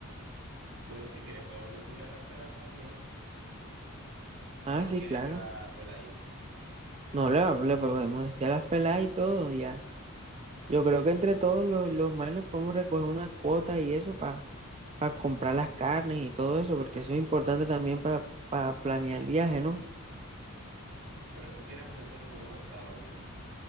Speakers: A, on the right; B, on the right.
A: Bueno, si quieres podemos decirle a las pelas también,
B: Ah,
A: o no
B: sí,
A: quieres
B: claro.
A: llevar peladitas.
B: No le, le podemos decir a las peladas y todo, ya. Yo creo que entre todos los, los manes podemos recoger unas cuotas y eso para comprar las carnes y todo eso, porque eso es importante también para planear el viaje, ¿no?
A: Pero tú quieres hacer entonces como un asado, ¿qué?